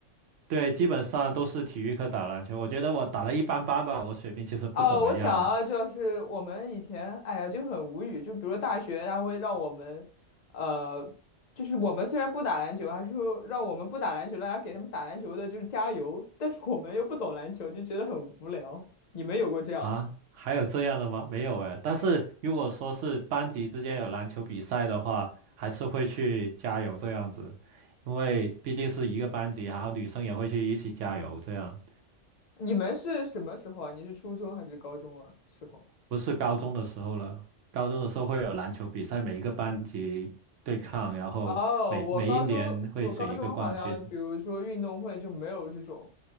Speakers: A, on the right; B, on the left.
A: 对，基本上都是体育课打篮球。我觉得我打的一般般吧，我水平其实不怎么样
B: 哦，我想啊，就是我们以前，哎呀，就很无语。就比如大学，他会让我们，呃，就是我们虽然不打篮球，还是说让我们不打篮球，大家给他们打篮球的，就是加油。但是我们又不懂篮球，就觉得很无聊。你们有过这样的吗？
A: 啊。还有这样的吗？没有哎。但是如果说是班级之间有篮球比赛的话，还是会去加油这样子，因为毕竟是一个班级，然后女生也会去一起加油这样。
B: 你们是什么时候啊？你是初中还是高中啊？时候？
A: 不是高中的时候了，高中的时候会有篮球比赛，每一个班级对抗，然后每每一年会选一个冠军，
B: 哦，我高中我高中好像，比如说运动会就没有这种，